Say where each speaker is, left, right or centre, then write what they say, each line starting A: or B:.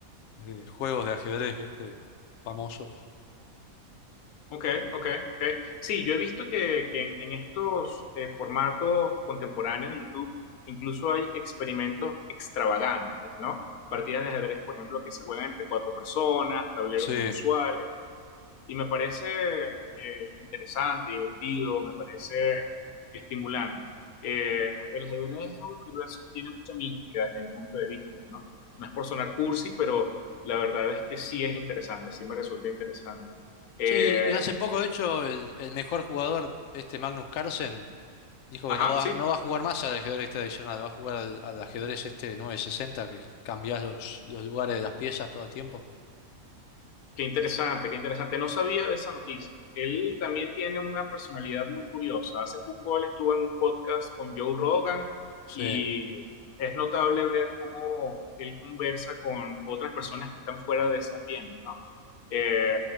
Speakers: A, on the left; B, on the left.
A: eh, juegos de ajedrez, ¿viste? Famosos.
B: Ok, ok, ok. Sí, yo he visto que, que en, en estos eh, formatos contemporáneos de YouTube incluso hay experimentos extravagantes, ¿no? Partidas de ajedrez, por ejemplo, que se juegan entre cuatro personas, tableros
A: Sí,
B: inusuales, y me parece eh, interesante, divertido, me parece estimulante. Eh, el ajedrez es un universo que tiene mucha mística desde mi punto de vista, ¿no? No es por sonar cursi, pero la verdad es que sí es interesante, sí me resulta interesante. Eh,
A: sí, y hace poco, de hecho, el, el mejor jugador, este Magnus Carlsen, dijo
B: Ajá,
A: que no va,
B: sí,
A: no va a jugar más al ajedrez tradicional, va a jugar al, al ajedrez este 960, que cambiás los, los lugares de las piezas todo el tiempo.
B: qué interesante, qué interesante. No sabía de esa noticia. Él también tiene una personalidad muy curiosa. Hace poco él estuvo en un podcast con Joe Rogan
A: Sí.
B: y es notable ver cómo él conversa con otras personas que están fuera de ese ambiente, ¿no? Eh,